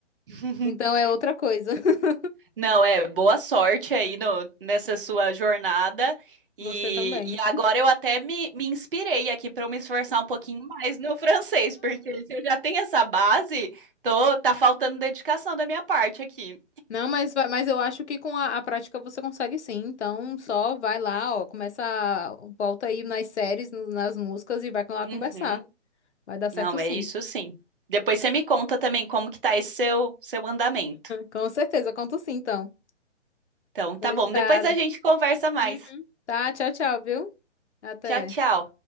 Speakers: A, on the right; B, on the left.
A: <laughs>
B: Então é outra coisa. <laughs>
A: Não, é boa sorte aí no, nessa sua jornada. E,
B: Você também.
A: e agora eu até me, me inspirei aqui para eu me esforçar um pouquinho mais no francês, porque se eu já tenho essa base, tô, tá faltando dedicação da minha parte aqui.
B: Não, mas, vai- mas eu acho que com a, a prática você consegue sim. Então só vai lá, ó, começa, a- volta aí nas séries, no- nas músicas e vai lá
A: Uhum.
B: conversar. Vai dar certo
A: Não,
B: sim.
A: é isso sim. Depois você me conta também como que tá esse seu, seu andamento.
B: Com certeza, conto sim, então.
A: Então, tá
B: do estado.
A: bom, depois a gente conversa mais.
B: Uhum. Tá, tchau, tchau, viu? Até.
A: Tchau, tchau.